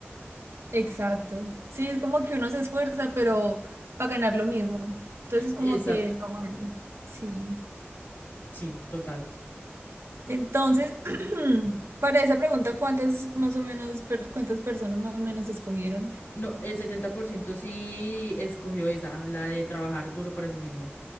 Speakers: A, on the right; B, on the left.
A: Exacto. Sí, es como que uno se esfuerza, pero para ganar lo mismo. Entonces, como
B: Exacto,
A: que no vale. Sí.
B: sí, total.
A: Entonces, <clears throat> para esa pregunta, ¿cuántas más o menos, per- cuántas personas más o menos escogieron?
B: No, el 70% sí escogió esa, la de trabajar duro para sí mismo.